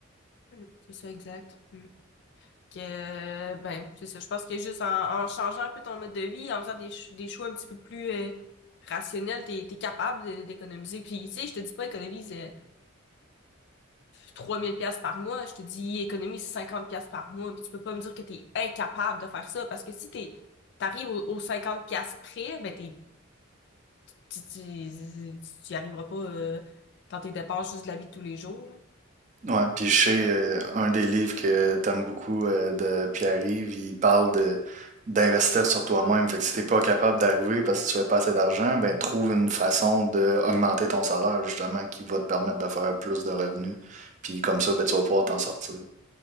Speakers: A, on the left; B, on the right.
A: Mm. C'est ça, exact. Mm. Que, euh, ben, c'est ça. Je pense que juste en, en changeant un peu ton mode de vie, en faisant des, ch- des choix un petit peu plus euh, rationnels, t'es, t'es capable de- d'économiser. Puis, tu sais, je te dis pas économise euh, 3000 pièces par mois, je te dis économise 50 pièces par mois, puis tu peux pas me dire que t'es incapable de faire ça parce que si t'es t'arrives aux, aux 50 pièces près, ben t'es tu, tu, tu y arriveras pas euh, dans tes dépenses juste de la vie de tous les jours, là.
B: Ouais, puis je sais, euh, un des livres que t'aimes beaucoup euh, de Pierre-Yves, il parle de d'investir sur toi-même. Fait que si t'es pas capable d'arriver parce que tu fais pas assez d'argent, ben trouve une façon d'augmenter ton salaire justement qui va te permettre de faire plus de revenus. Puis comme ça, ben tu vas pouvoir t'en sortir.